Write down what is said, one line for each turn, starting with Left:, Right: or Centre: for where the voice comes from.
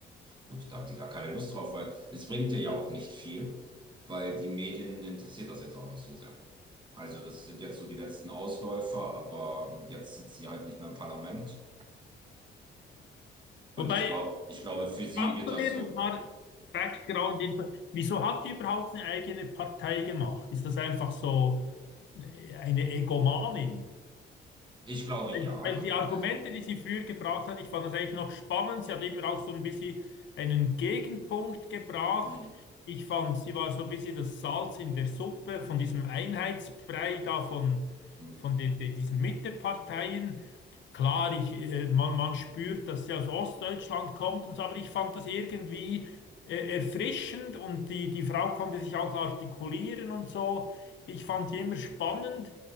Right: Gut, da hat sie gar keine Lust drauf, weil es bringt ihr ja auch nicht viel, weil die Medien interessiert das jetzt auch nicht so sehr. Also das sind jetzt so die letzten Ausläufer, aber jetzt sitzt sie halt nicht mehr im Parlament. Und
Left: Wobei,
Right: ich glaube, ich glaube, für sie
Left: kannst
Right: wird
Left: du
Right: das
Left: mir
Right: so,
Left: ein paar Background-Info, wieso hat die überhaupt eine eigene Partei gemacht? Ist das einfach so äh, eine Egomanin?
Right: ich glaube
Left: Weil
Right: ja.
Left: weil die Argumente,
Right: Also,
Left: die sie früher gebracht hat, ich fand das eigentlich noch spannend. Sie hat immer auch so ein bisschen einen Gegenpunkt gebracht.
Right: hm,
Left: Ich fand, sie war so ein bisschen das Salz in der Suppe von diesem Einheitsbrei da von,
Right: hm,
Left: von den, den, diesen Mitteparteien. Klar, ich, äh, man, man spürt, dass sie aus Ostdeutschland kommt und so, aber ich fand das irgendwie äh, erfrischend und die, die Frau konnte sich auch artikulieren und so. Ich fand die immer spannend.